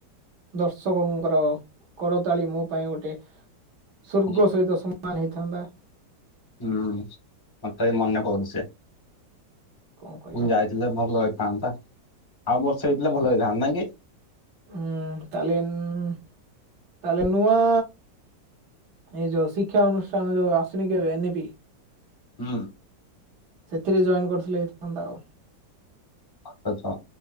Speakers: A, on the right; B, on the left.
A: ଦର୍ଶକଙ୍କର କରତାଳି ମୋ ପାଇଁ ଗୋଟେ ସ୍ଵର୍ଗ
B: ହୁଁ
A: ସହିତ ସମାନ ହେଇଥାନ୍ତା।
B: ହୁଁ ମତେ ଏଇ ମନେପଡୁଚି,
A: କଣ କରିବା
B: ମୁ ଯାଇ ଭଲ ହେଇଥାନ୍ତା ଆଉ ବର୍ଷ ହେଇଥିଲେ ଭଲ ହେଇଥାନ୍ତା ନାଇ କି?
A: ଉଁ ତାଲେ ଉଁ ତାଲେ ନୂଆ ଏଇ ଯୋଉ ଶିକ୍ଷା ଅନୁଷ୍ଠାନ ଯୋଉ ଆସୁନି କି ଏବେ ଏନିପି
B: ହୁଁ।
A: ସେଥିରେ ଜଏନ୍ କରିଥିଲେ ହେଇଥାନ୍ତା ଆଉ।
B: ଆଚ୍ଛା ଛ